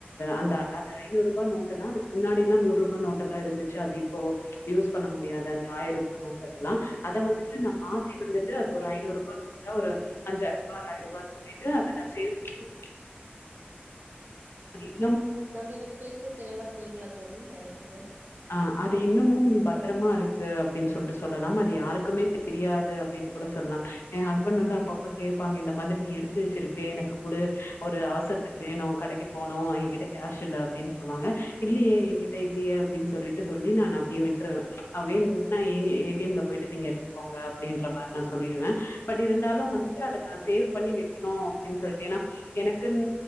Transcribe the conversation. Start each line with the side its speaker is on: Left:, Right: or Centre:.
Left: அந்த அது ஐநூறு ரூபாய் நோட்டு தான் அதுக்கு முன்னாடி எல்லாம் நூறு ரூபா நோட்டா எல்லாம் இருந்துச்சி ஷாதீப்போ யூஸ் பண்ண முடியாது அந்த ஆயிரூபா நோட்ட எல்லா அத வந்துட்டு நா மாத்தி வந்துட்டு அது ஒரு ஐநூறு ரூபா நோட்ட ஒரு அஞ்சாயிரரூபாய் ஆறாயிரரூபானு சொல்லிட்டு அத நா சேத்து வச்சிருக்க <inaudible>
Right: தம்பி நீங்க பேசு தெளிவா கேக்கல தோழி எறைக்குது
Left: ஆ அது இன்னமும் பத்ரமாருக்கு அப்டின் சொல்ட்டு சொல்லலாம் அது யாருக்குமே தெரியாது அப்டின் கூட சொல்லலாம் எ ஹஸ்பண்ட் வந்து அப்பப்ப கேபாங்க இந்த மாதிரி நீ எடுத்து வச்சிருப்பே எனக்கு குடு ஒரு அவசரத்துக்கு வேணும் கடைக்கு போணும் என்கிட்ட கேஷ் இல்ல அப்டின் சொல்வாங்க இல்லியே எங்கிட்ட இல்லியே அப்டின் சொல்லிட்டு சொல்லி நா அப்டியே விட்ருவ அவா வேணுட்னா ஏணி ஏ டி எம் ல போய்ட்டு நீங்க எடுத்துக்கோங்க அப்டின்ற மாரி நா சொல்லிடுவ பட் இருந்தாலும் வந்துட்டு அத நா சேவ் பண்ணி வெக்கிணு அப்டின் சொல்லிட்டு எனா எனக்குன்